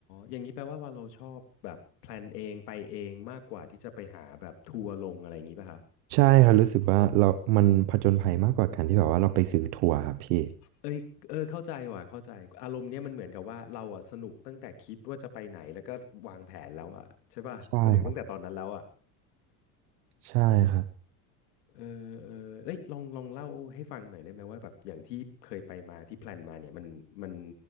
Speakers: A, on the left (about 90°); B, on the right (about 75°).
A: อย่างนี้แปลว่าวาโลชอบแบบแพลนเองไปเองมากกว่าที่จะไปหาแบบทัวร์ลงอะไรอย่างนี้ป่ะฮะ
B: ใช่ครับรู้สึกว่าเรามันผจญภัยมากกว่าการที่แบบว่าเราไปซื้อทัวร์ครับพี่
A: เอ้ยเออเข้าใจว่ะเข้าใจอารมณ์เนี้ยมันเหมือนกับว่าเราอ่ะสนุกตั้งแต่คิดว่าจะไปไหนแล้วก็วางแผนแล้วอ่ะใช่ป่ะสนุกตั้งแต่ตอนนั้นแล้วอ่ะ
B: ใช่ครับใช่ครับ
A: เออเออเอ้ยลองลองเล่าให้ฟังหน่อยได้ไหมว่าแบบอย่างที่เคยไปมาที่แพลนมาเนี่ยมันมัน